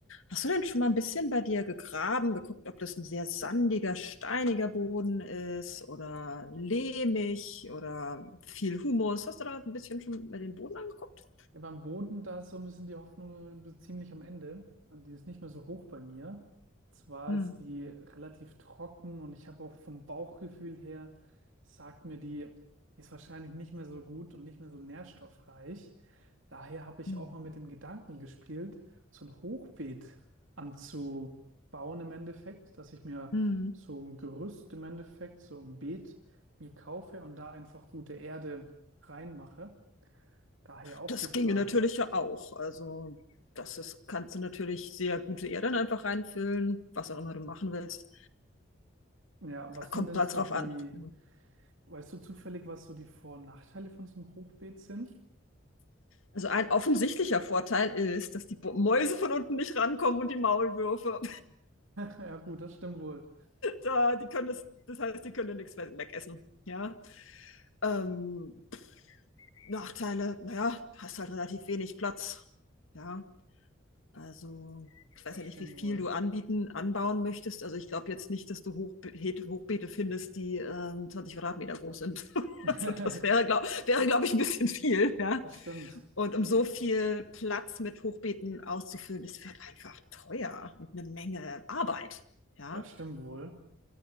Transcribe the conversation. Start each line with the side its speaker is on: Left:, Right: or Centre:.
Left: Hast du denn schon mal ein bisschen bei dir gegraben, geguckt, ob das ein sehr sandiger, steiniger Boden ist oder lehmig oder viel Humus? Hast du da ein bisschen schon mal den Boden angeguckt?
Right: Ja, beim Boden, da ist so ein bisschen die Hoffnung be- ziemlich am Ende. Also die ist nicht mehr so hoch bei mir. Zwar
Left: Hm.
Right: ist die relativ trocken und ich habe auch vom Bauchgefühl her, sagt mir die, ist wahrscheinlich nicht mehr so gut und nicht mehr so nährstoffreich. Daher habe ich
Left: Hm.
Right: auch mal mit dem Gedanken gespielt, so ein Hochbeet anzubauen im Endeffekt, dass ich mir
Left: Hm.
Right: so ein Gerüst im Endeffekt, so ein Beet mir kaufe und da einfach gute Erde reinmache. Daher auch
Left: Das
Right: die Frage.
Left: ginge natürlich ja auch. Also, das ist, kannst du natürlich sehr gute Erde dann einfach reinfüllen, was auch immer du machen willst.
Right: Ja, was sind
Left: Kommt
Right: denn
Left: halt
Right: so
Left: drauf
Right: die,
Left: an. Ja.
Right: weißt du zufällig, was so die Vor- und Nachteile von so einem Hochbeet sind? <laughs>
Left: Also ein offensichtlicher Vorteil ist, dass die Bo- Mäuse von unten nicht rankommen und die Maulwürfe.
Right: Ja, gut, das stimmt wohl.
Left: äh, die können das, das heißt, die können ja nichts we- wegessen. Ja. Ähm, Nachteile, naja, hast halt relativ wenig Platz. Ja. Also, ich weiß
Right: Das
Left: ja
Right: stimmt
Left: nicht, wie viel
Right: wohl.
Left: du anbieten, anbauen möchtest. Also ich glaube jetzt nicht, dass du Hochbe Hochbeete findest, die ähm, 20 Quadratmeter groß sind. <laughs>
Right: <laughs>
Left: Also das wäre, glaube wäre, glaub ich, ein bisschen viel. Ja?
Right: Das stimmt.
Left: Und um
Right: Die,
Left: so viel Platz mit Hochbeeten auszufüllen, das wird einfach teuer und eine Menge Arbeit. Ja.
Right: das stimmt wohl.